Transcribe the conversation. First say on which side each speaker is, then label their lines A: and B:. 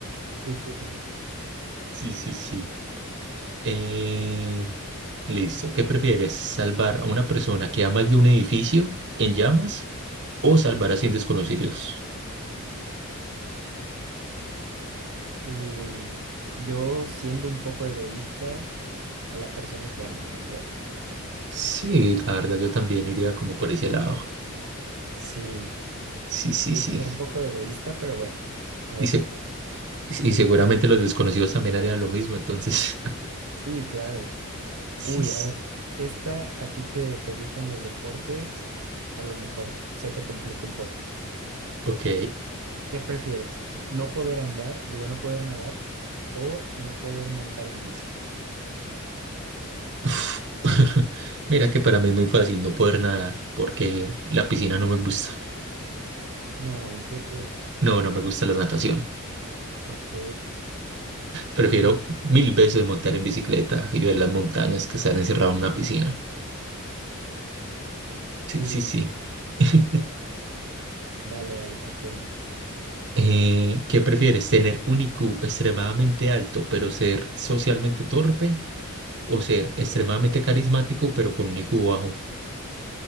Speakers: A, on the right (about 90°); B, on the right (about 55°).
A: Tu turno.
B: Sí, sí, sí. Eh, listo. ¿Qué prefieres? ¿Salvar a una persona que amas de un edificio en llamas o salvar a 100 desconocidos?
A: Uy, yo siendo un poco egoísta a la persona que amo, yo creo.
B: Sí, la verdad yo también iría como por ese lado.
A: Sí,
B: Sí, sí,
A: un
B: sí.
A: poco de egoísta, pero bueno, a
B: Y,
A: veces
B: se-
A: todo.
B: y seguramente los desconocidos también harían lo mismo, entonces. <laughs>
A: Sí, claro.
B: Sí,
A: Uy,
B: sí.
A: a ver, esta a ti que te gustan los deportes, a lo mejor se te complica un poco.
B: Ok.
A: ¿Qué prefieres? ¿No poder andar, digo, no poder nadar o no poder montar en bici?
B: Uf. <laughs> Mira que para mí es muy fácil no poder nadar porque la piscina no me gusta.
A: No, en serio.
B: No, no me gusta la natación.
A: Ok.
B: Prefiero
A: Bueno,
B: mil veces montar en bicicleta y ver las montañas que estar encerrado en una piscina. Sí,
A: uy,
B: sí, sí. <laughs>
A: dale, dale tu turno.
B: Eh, ¿qué prefieres? ¿Tener un IQ extremadamente alto pero ser socialmente torpe? ¿O ser extremadamente carismático pero con un IQ bajo?